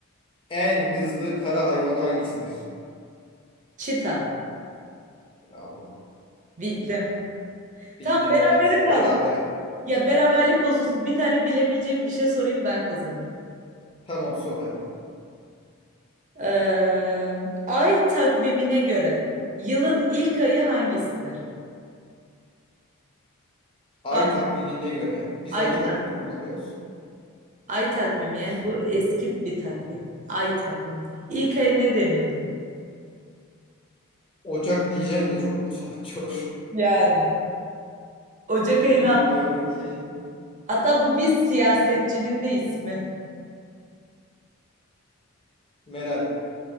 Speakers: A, on the left (about 25°); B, on the right (about 35°).
A: En hızlı kara hayvanı hangisidir?
B: Çita.
A: Bravo.
B: Bildim.
A: Bildin
B: tam berabere
A: evet.
B: kaldık.
A: Berabere.
B: Ya beraberlik bozulsun. Bir tane bilemeyeceğim bir şey sorayım ben kazanayım.
A: Tamam sor hadi.
B: Ee, ay takvimine göre yılın ilk ayı hangisidir?
A: Ay
B: Ay,
A: takvimine göre. Biz
B: ay,
A: hangi
B: tak,
A: takvimi kullanıyoruz?
B: ay takvimi yani
A: Biz
B: bu eski bir takvim. Ay takvimi. İlk ay ne deniyordu?
A: Ocak diyeceğim de çok mu salakça olur?
B: Yani. Ocak ayına
A: <laughs> Bilmiyorum ki.
B: hatta bu bir siyasetçinin de ismi.
A: Meral.